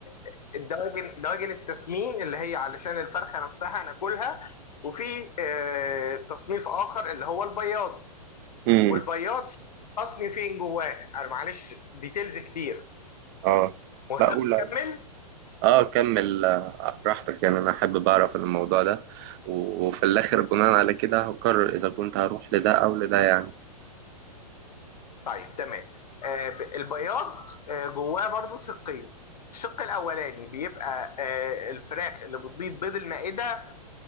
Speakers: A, on the left; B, on the right.
A: آه، الدواجن دواجن التسمين اللي هي علشان الفرخه نفسها ناكلها وفي آه تصنيف اخر اللي هو البياض
B: مم.
A: والبياض فيه اصلي فين جواه انا معلش ديتيلز كتير
B: اه
A: مهتم
B: لا قول
A: اكمل
B: اه كمل آه، براحتك يعني أنا حابب أعرف الموضوع ده و- وفي الآخر بناء على كده هقرر إذا كنت هروح لده أو لده يعني
A: طيب تمام آه ب- البياض آه جواه برضو شقين الشق الاولاني بيبقى آه الفراخ اللي بتبيض بيض المائده